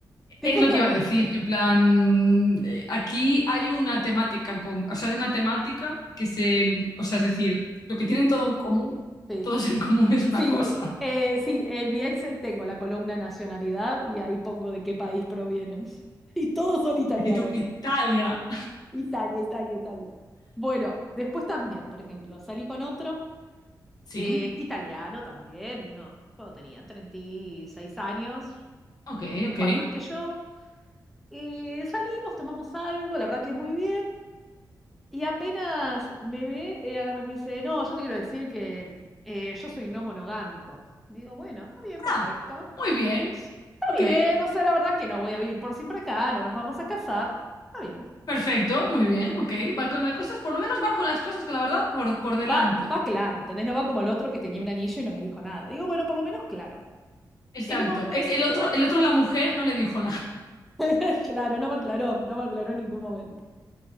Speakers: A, in the centre; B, on the left (about 55°).
A: Después
B: Es lo
A: también,
B: que iba a decir, en plan, eh, aquí hay una temática con, o sea, hay una temática que se, o sea, es decir, lo que tienen todo en común,
A: sí,
B: todos en común es una
A: sí,
B: cosa.
A: eh, sí, en mi Excel tengo la columna nacionalidad y ahí pongo de qué país provienen. <laughs> Y todos son italianos.
B: Y tú, Italia.
A: Italia, Italia, Italia. Bueno, después también, por ejemplo, salí con otro.
B: Sí,
A: Eh, italiano también, uno, cuando tenía 36 años,
B: ok,
A: eh, un
B: ok.
A: par más que yo. Eh, salimos, tomamos algo, la verdad que muy bien. Y apenas me ve, eh, agarra y me dice, no, yo te quiero decir que eh, yo soy no monogámico. Y digo, bueno, está bien, perfecto.
B: Ah, muy bien,
A: Está
B: ok.
A: bien, o sea, la verdad es que no voy a vivir por siempre acá, no nos vamos a casar. Está bien.
B: Perfecto, muy bien, ok. Va con las cosas, por lo menos va con las cosas, con la verdad, por, por delante.
A: Va, va claro, ¿entendés? No va como el otro que tenía un anillo y no me dijo nada. Digo, bueno, por lo menos claro.
B: Exacto.
A: En un momento
B: Es el otro, el otro, a la mujer no le dijo
A: <laughs> Claro, no me aclaró, no me aclaró en ningún momento.